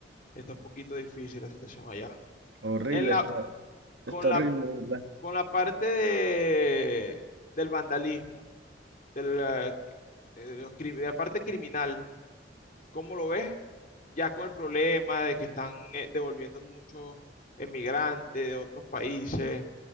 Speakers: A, on the left; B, on the right.
A: Está un poquito difícil la situación allá.
B: Horrible
A: En la,
B: esto.
A: con
B: Está
A: la,
B: horrible, de ¿verdad?
A: con la parte de, del vandalismo, de la, de los cri- de la parte criminal, ¿cómo lo ves? Ya con el problema de que están eh, devolviendo muchos emigrantes de otros países,